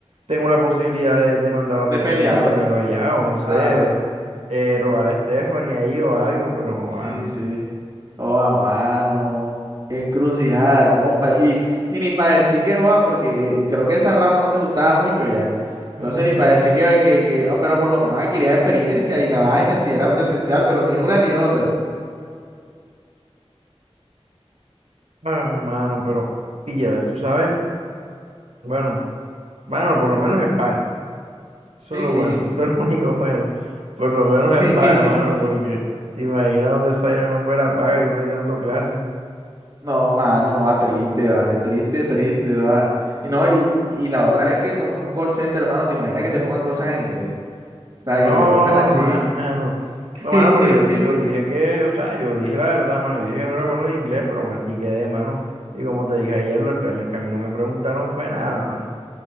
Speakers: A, on the right (about 80°); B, on the right (about 40°).
A: tengo la posibilidad de, de mandar los
B: De
A: documentos
B: pelearlo.
A: primero allá, o no sé,
B: Claro.
A: eh, rogarle a Stephanie ahí o algo, pero joda
B: Sí, sí. Oh, a mano. Qué encrucijada, compa. Y, y ni para decir que joda, porque eh, creo que esa rama no te gustaba mucho ya. Entonces
A: joder.
B: ni para decir que, que, que- ah, pero por lo menos adquiría experiencia y la
A: <laughs>
B: vaina si era presencial, pero ni una ni otra.
A: Ah, mano, pero, pilla, tú sabes, bueno, mano, por lo menos es paga. Eso
B: Sí,
A: es lo
B: sí.
A: bueno, <laughs> eso es lo único bueno. Por lo menos
B: <laughs>
A: es paga, mano, porque te imaginas donde Zaire no fuera paga y uno ahí dando clases.
B: No, mano, joda, triste, vale, triste, triste, joda. Y no, y, y la otra es que como es un call center, hermano, te imaginas que te pongan cosas en inglés. O
A: No,
B: sea, que te pongan así.
A: mano.
B: <laughs>
A: No, mano, pero yo, di- yo dije que, o sea, yo dije la verdad, mano. Yo dije que no era bueno en inglés, pero aún así quedé, mano. Y como te dije ayer, lo extraño es que a mí no me preguntaron fue nada, mano.